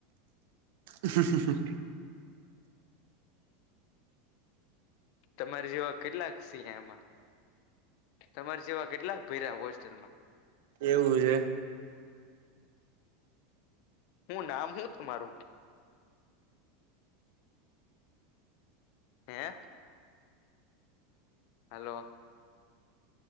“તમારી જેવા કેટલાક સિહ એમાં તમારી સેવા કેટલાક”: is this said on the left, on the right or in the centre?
Left